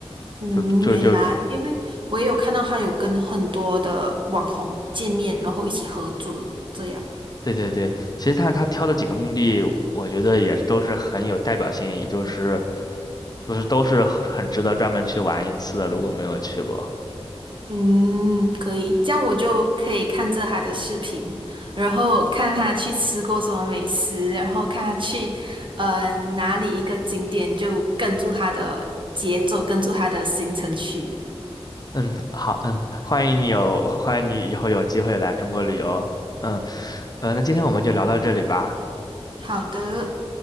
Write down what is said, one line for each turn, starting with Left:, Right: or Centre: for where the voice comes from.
Right: 嗯，
Left: 就就就就，
Right: 原来，因为我也有看到他有跟很多的网红见面，然后一起合作这样。
Left: 对对对，其实他他挑的几个目的，我觉得也都是很有代表性，也就是就是都是很很值得专门去玩一次的，如果没有去过。
Right: 嗯，可以，这样我就可以看着他的视频，然后看他去吃过什么美食，然后看他去，呃，哪里一个景点，就跟住他的节奏，跟住他的行程去。
Left: 嗯，好，嗯，欢迎你有，欢迎你以后有机会来中国旅游。嗯，呃，那今天我们就聊到这里吧。
Right: 好的，